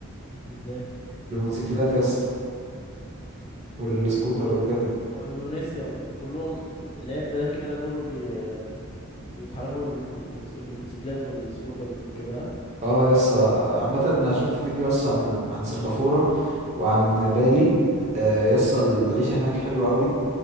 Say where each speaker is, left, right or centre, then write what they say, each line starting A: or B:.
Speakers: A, on the left; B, on the right.
A: ازاي
B: بالموتوسيكلات يا اسطى والسكوتر
A: و...
B: وكده
A: واندونيسيا وك- وكلهم العب ده كده كله بي... بيتحركوا بالتروس... بالموتوسيكلات والسكوترز وكده ها؟
B: اه يس عامة انا شفت فيديو يس عن عن سنغافورة وعن بالي آه، يس العيشة هناك حلوة قوي